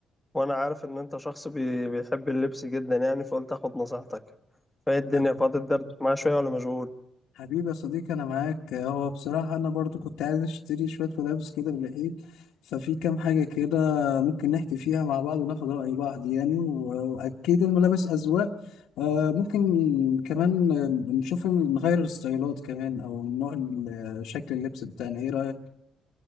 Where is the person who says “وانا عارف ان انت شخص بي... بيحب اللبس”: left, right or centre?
Centre